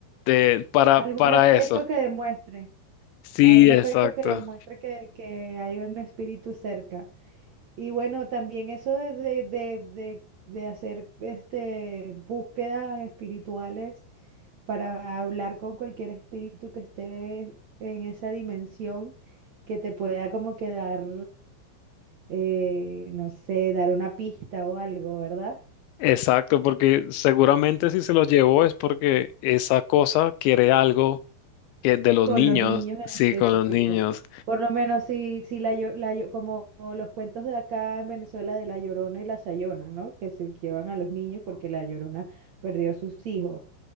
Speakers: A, on the left; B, on the right.
A: de para
B: Algún
A: para
B: efecto
A: eso.
B: que demuestre,
A: Sí,
B: algún efecto
A: exacto.
B: que demuestre que, que hay un espíritu cerca. Y bueno, también eso de, de, de, de- de hacer este, búsquedas espirituales para hablar con cualquier espíritu que esté en esa dimensión que te pueda como quedar eh, no sé, dar una pista o algo, ¿verdad?
A: Exacto, porque seguramente si se los llevó es porque esa cosa quiere algo que de los
B: Con
A: niños,
B: los niños en
A: sí,
B: específico.
A: con los niños.
B: Por lo menos si, si la, Llo- la Llo- como los cuentos de acá en Venezuela de la Llorona y la Sayona, ¿no? Que se llevan a los niños porque la Llorona perdió a sus hijos.